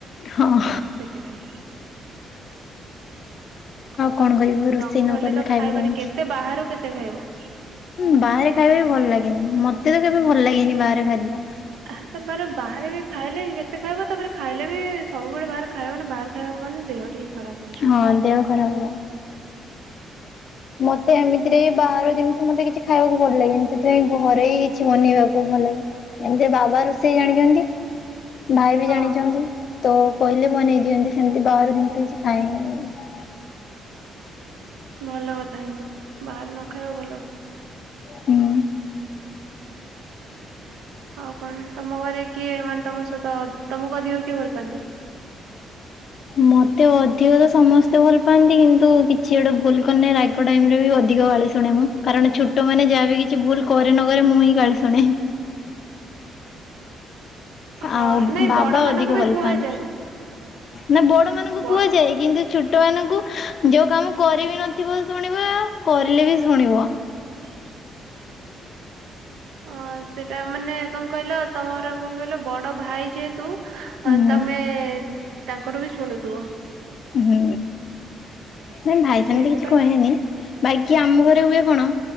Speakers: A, on the left; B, on the right.
A: ହଁ
B: ସେଥିପାଇଁ ଆଉ
A: କଣ
B: ତାକୁ
A: କରିବୁ
B: ନ
A: ରୋଷେଇ
B: କଲେ
A: କରିଲେ
B: ତ
A: ଖାଇବୁ
B: ଖାଇବନି,
A: କେମିତି?
B: କେତେ ବାହାରୁ କେତେ ଖାଇବ?
A: ହୁଁ, ବାହାରେ ଖାଇବା ବି ଭଲ ଲାଗେନି, ମତେ ତ କେବେ ଭଲ ଲାଗେନି ବାହାରେ ଖାଦ୍ୟ।
B: ଆ ତମର ବାହାରେ ବି ଖାଇଲେ ବି କେତେ ଖାଇବ, ତାପରେ ଖାଇଲେ ବି ସବୁବେଳେ ବାହାରେ ଖାଇବ ମାନେ ବାହାର ଖାଇବାକୁ ମାନେ ଦେହଟି ହି ଖରାପ। ହେଇଯିବ।
A: ହଁ, ଦେହ ଖରାପ ହବ। ମତେ ଏମିତିରେ ବି ବାହାର ଜିନିଷ ମତେ କିଛି ଖାଇବାକୁ ଭଲ ଲାଗେନି, ସେଥିପାଇଁ ଘରେ ହି କିଛି ବନେଇବାକୁ ଭଲ ଲାଗେ। ଏମତି ବାବା ରୋଷେଇ ଜାଣିଛନ୍ତି ଭାଇ ବି
B: ହଁ
A: ଜାଣିଚନ୍ତି, ତ କହିଲେ ବନେଇ ଦିଅନ୍ତି ସେମତି, ବାହାର ଜିନିଷ କିଛି ଖାଏନି ମୁଁ ଏମତି।
B: ଭଲ କଥା କିନ୍ତୁ ବାହାରେ ନ ଖାଇବା ଭଲ।
A: ହୁଁ।
B: ଆଉ କଣ ତମ ଘରେ କିଏ ମାନେ ତମ ସହିତ ତମକୁ ଅଧିକ କିଏ ଭଲ ପାଆନ୍ତି?
A: ମତେ ଅଧିକ ତ ସମସ୍ତେ ଭଲ ପାଆନ୍ତି, କିନ୍ତୁ କିଛି ଗୋଟେ ଭୁଲ କରିନେ ରାଗି ରାଗ ଟାଇମରେ ବି ଅଧିକ ଗାଳି ଶୁଣେ ମୁଁ। କାରଣ ଛୋଟମାନେ ଯାହା ବି କିଛି ଭୁଲ କରେ ନ କରେ ମୁଁ ହିଁ ଗାଳି ଶୁଣେ।
B: ହଁ
A: ଆଉ
B: ନାଇଁ
A: ବାବା
B: ବଡ ମାନଙ୍କୁ
A: ଅଧିକ ଭଲ
B: ବି କୁହାଯାଏ।
A: ପାଆନ୍ତି। ନା, ବଡମାନଙ୍କୁ
B: ବ
A: କୁହାଯାଏ, କିନ୍ତୁ ଛୋଟ ଛୋଟମାନଙ୍କୁ ଯୋଉ କାମ କରିବି ନଥିବ ଶୁଣିବ, ଆ କରିଲେ ବି ଶୁଣିବ।
B: ହଁ ଅ ସେଟା ମାନେ କଣ କହିଲ, ତମର କଣ କହିଲ, ବଡ ଭାଇ ଯେହେତୁ ଅ
A: ହୁଁ
B: ତମେ ତାଙ୍କଠୁ ବି ଶୁଣୁଥିବ।
A: ହୁଁ। ନାଇ ଭାଇ ସେମତି
B: ସେଇଥିପାଇଁ
A: କିଛି କହେନି
B: ଆଉ
A: ବାଇକି ଆମ ଘରେ ହୁଏ କଣ